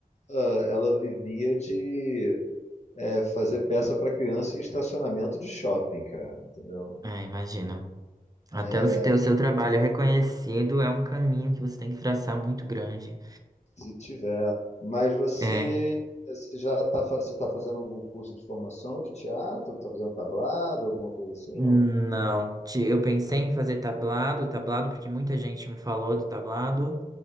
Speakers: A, on the left (about 45°); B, on the right (about 25°).
A: ela, ela vivia de é, fazer peça pra criança em estacionamento de shopping, cara, entendeu?
B: É, imagina. Até
A: É,
B: você ter o seu trabalho reconhecido é um caminho que você tem que traçar muito grande.
A: se tiver. Mas você,
B: É.
A: você já está você tá fazendo algum curso de formação de teatro? Está fazendo tablado, alguma coisa assim?
B: Não,
A: Não,
B: Ti- eu pensei em fazer tablado, tablado, porque muita gente me falou do tablado,